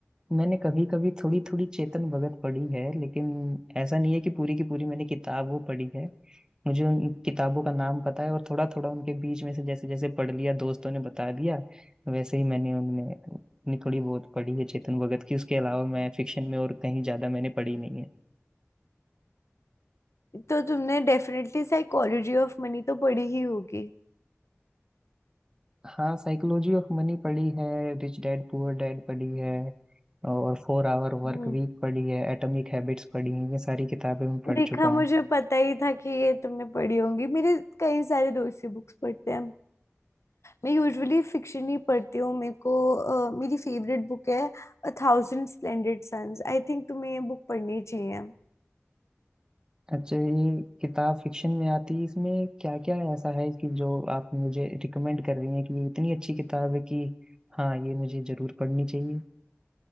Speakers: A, on the right; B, on the left.
A: मैंने कभी कभी थोड़ी थोड़ी चेतन भगत पढ़ी है लेकिन ऐसा नहीं है कि पूरी की पूरी मैंने किताब वो पढ़ी है मुझे उन किताबों का नाम पता है और थोड़ा थोड़ा उनके बीच में से जैसे जैसे पढ़ लिया दोस्तों ने बता दिया वैसे ही मैंने उनमें अपनी थोड़ी बहुत पढ़ी है चेतन भगत की उसके अलावा मैं फिक्शन में और कहीं ज्यादा मैंने पढ़ी नहीं है
B: तो तुमने डेफिनेटली साइकोलॉजी ऑफ मनी तो पढ़ी ही होगी
A: हाँ साइकोलॉजी ऑफ मनी पढ़ी है रिच डैड पुअर डैड पढ़ी है और फोर आवर वर्क
B: हम्म
A: वीक पढ़ी है एटॉमिक हैबिट्स पढ़ी है ये सारी किताबें मैं पढ़
B: देखा
A: चुका
B: मुझे
A: हूँ
B: पता ही था कि ये तुमने पढ़ी होंगी मेरे कई सारे दोस्त ये बुक्स पढ़ते हैं मैं यूजुअली फिक्शन ही पढ़ती हूँ मेरे को अ, मेरी फेवरेट बुक है a thousand splendid suns I think तुम्हें ये बुक पढ़नी चाहिए
A: अच्छा ये किताब फिक्शन में आती है इसमें क्या क्या ऐसा है कि जो आप मुझे रिकमेंड कर रही हैं कि ये इतनी अच्छी किताब है कि हाँ ये मुझे जरूर पढ़नी चाहिए